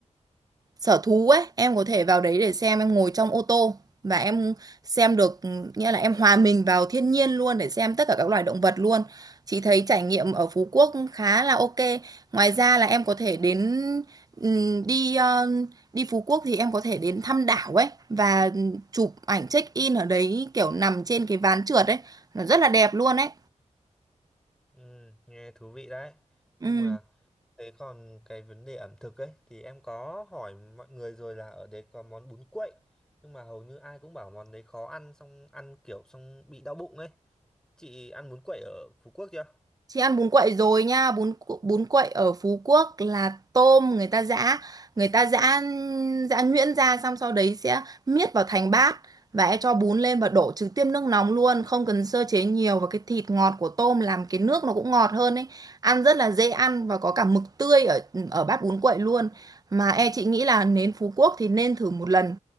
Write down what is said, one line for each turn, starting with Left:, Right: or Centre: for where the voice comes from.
Right: sở thú ấy em có thể vào đấy để xem em ngồi trong ô tô và em xem được nghĩa là em hòa mình vào thiên nhiên luôn để xem tất cả các loài động vật luôn chị thấy trải nghiệm ở Phú Quốc khá là ok ngoài ra là em có thể đến ừm, đi ờ, đi Phú Quốc thì em có thể đến thăm đảo ấy và chụp ảnh check in ở đấy kiểu nằm trên cái ván trượt ấy nó rất là đẹp luôn ấy
Centre: Ừ, nghe thú vị đấy.
Right: ừ
Centre: Nhưng mà thế còn cái vấn đề ẩm thực ấy thì em có hỏi mọi người rồi là ở đấy có món bún quậy nhưng mà hầu như ai cũng bảo món đấy khó ăn xong ăn kiểu xong bị đau bụng ấy. Chị ăn bún quậy ở Phú Quốc chưa?
Right: Chị ăn bún quậy rồi nha, bún cu- bún quậy ở Phú Quốc là tôm người ta giã, người ta giã giã nhuyễn ra xong sau đấy sẽ miết vào thành bát và em cho bún lên và đổ trực tiếp nước nóng luôn, không cần sơ chế nhiều và cái thịt ngọt của tôm làm cái nước nó cũng ngọt hơn ấy. Ăn rất là dễ ăn và có cả mực tươi ở ở bát bún quậy luôn. Mà e chị nghĩ là đến Phú Quốc thì nên thử một lần.